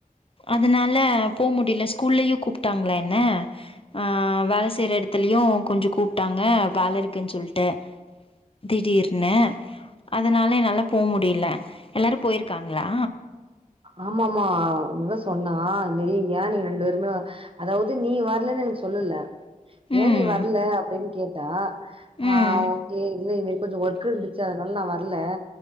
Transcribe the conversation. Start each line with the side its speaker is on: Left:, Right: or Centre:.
Left: அதனால போ முடில ஸ்கூல்லயு கூப்ட்டாங்களா என்ன ஆ வேலை செய்ற எடத்துலயையு கொஞ்சோ கூப் டாங்க வேலை இருக்குன்னு சொல்ட்டு திடீர் னே அதனால என்னால போ முடில எல்லாரு போயிருக்காங்ளா
Right: ஆமா ஆமா இவ சொன்னா இந்த மாறி ஏன் நீங்க ரெண்டு பேருமே அதாவது நீ வர்லன்னு எனக்கு சொல்லல
Left: ம்
Right: ஏன் நீ வர்ல அப்டின்னு கேட்டா
Left: ம்
Right: ஆ ஓகே இன்னு இது மாறி கொஞ்சோ ஒர்க் இருந்துச்சு அதனால நா வர்ல